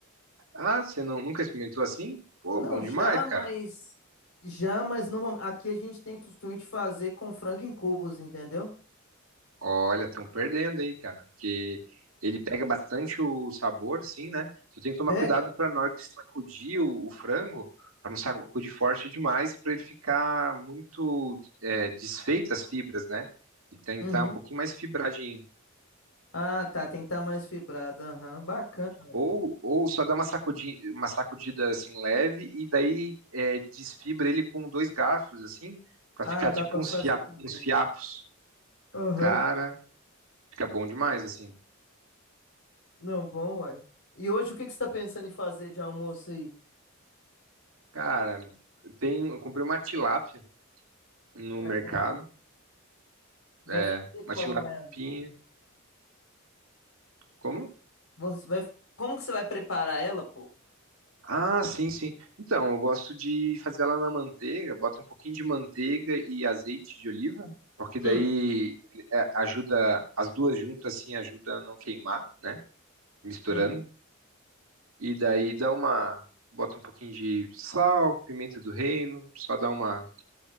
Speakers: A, on the right; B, on the left.
A: Ah, você não, nunca experimentou assim? Pô,
B: Não,
A: bom
B: já,
A: demais, cara.
B: mas. Já, mas normal... aqui a gente tem costume de fazer com frango em cubos, entendeu?
A: Olha, estão perdendo aí, cara. Porque ele pega bastante o sabor, sim, né? Só tem que tomar
B: Pega?
A: cuidado pra na hora que sacudir o, o frango, pra não sacudir forte demais, pra ele ficar muito é, desfeito as fibras, né? E tentar
B: Uhum.
A: um pouquinho mais fibradinho.
B: Ah, tá, tem que estar mais fibrado. Aham, bacana. ué.
A: Ou, ou só dá uma sacudida, uma sacudida assim leve e daí é, desfibra ele com dois garfos, assim, pra
B: Ah,
A: ficar
B: dá
A: tipo
B: pra
A: uns,
B: fazer
A: fia,
B: também.
A: uns fiapos.
B: Aham.
A: Cara, fica bom demais, assim.
B: Não, bom, uai. E hoje o que que você tá pensando em fazer de almoço aí?
A: Cara, tem, eu comprei uma tilápia no mercado.
B: É boa? Vai
A: É,
B: fazer
A: uma
B: como
A: tilapinha.
B: ela?
A: Como?
B: Você vai... Como que você vai preparar ela, pô?
A: Ah, sim, sim. Então, eu gosto de fazer ela na manteiga, bota um pouquinho de manteiga e azeite de oliva, porque
B: Hum,
A: daí é, ajuda, as duas juntas assim, ajuda a não queimar, né? misturando.
B: uhum,
A: E daí dá uma. Bota um pouquinho de sal, pimenta do reino, só dá uma,